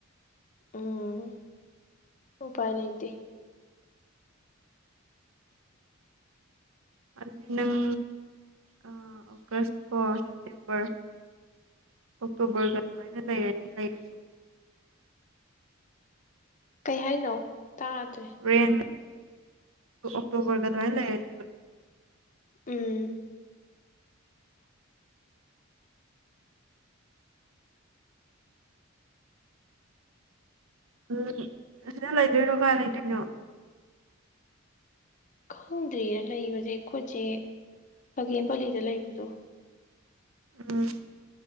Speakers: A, on the left; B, on the right.
A: ꯎꯝ ꯎꯄꯥꯏ ꯂꯩꯇꯦ
B: ꯑꯗꯨꯗꯤ ꯅꯪ ꯑꯥ ꯑꯧꯒꯁ ꯀꯣ ꯁꯦꯞꯇꯦꯝꯕꯔ ꯑꯣꯛꯇꯣꯕꯔꯒ ꯑꯗꯨꯃꯥꯏꯅ ꯂꯩꯔꯅꯤ ꯂꯩꯔꯁꯨ
A: ꯀꯩ ꯍꯥꯏꯅꯣ ꯇꯥꯗ꯭ꯔꯦ
B: ꯔꯦꯟꯗ ꯑꯣꯛꯇꯣꯕꯔꯒ ꯑꯗꯨꯃꯥꯏꯅ ꯂꯩꯔꯅꯤ
A: ꯎꯝ
B: ꯎꯝ ꯑꯁꯤꯗ ꯂꯩꯗꯣꯏꯔꯣ ꯀꯥꯏ ꯂꯩꯗꯣꯏꯅꯣ
A: ꯈꯪꯗ꯭ꯔꯤꯌꯦ ꯂꯩꯕꯁꯦ ꯑꯈꯣꯏꯆꯦ ꯈꯥꯒꯦꯝꯄꯂꯤꯗ ꯂꯩꯕꯗꯣ
B: ꯎꯝ